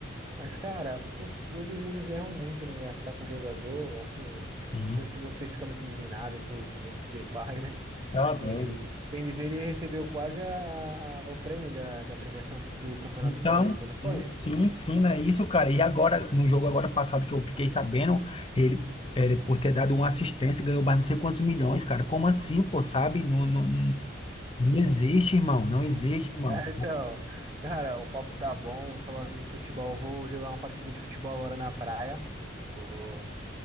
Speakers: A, on the right; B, on the left.
A: Mas, cara, os clubes eles erram muito né, em gastar com jogador. Assim,
B: Sim,
A: não sei se você fica muito indignado aí com com o Memphis Depay, né?
B: tá
A: Assim,
B: doido.
A: ele, bem dizer, ele recebeu quase a- a- o prêmio da, da premiação do Campeonato
B: Então,
A: Paulista, não
B: sim,
A: foi?
B: sim, ensina isso, cara. E agora, no jogo agora passado que eu fiquei sabendo, ele, ele por ter dado uma assistência, ganhou mais não sei quantos milhões, cara. Como assim, pô, sabe? Não, não, não existe, irmão. Não existe, irmão.
A: É, então, cara, o papo tá bom. Falando em futebol, eu vou jogar uma partida de futebol agora na praia. Eu Vou,